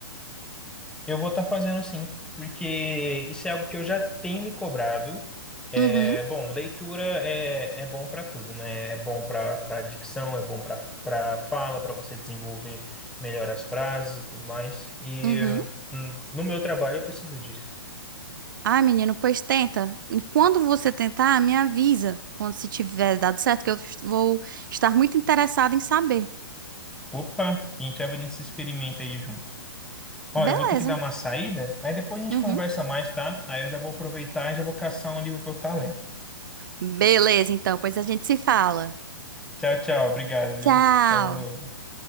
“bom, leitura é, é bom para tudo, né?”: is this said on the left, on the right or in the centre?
Centre